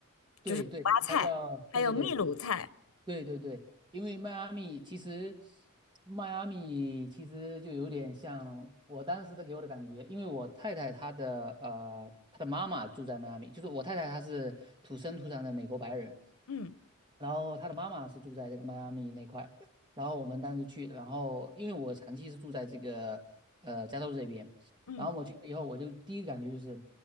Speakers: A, on the right (about 20°); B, on the left (about 80°).
A: 对对对，
B: 就是古巴菜，
A: 它叫对对对
B: 还有秘鲁菜，
A: 对对对，因为迈阿密其实，迈阿密其实就有点像我当时的给我的感觉，因为我太太她的呃她的妈妈住在迈阿密，就是我太太她是土生土长的美国白人，
B: 嗯
A: 然后她的妈妈是住在这个迈阿密那块，然后我们当时去，然后因为我长期是住在这个呃加州这边，
B: 嗯，
A: 然后我去了以后，我就第一个感觉就是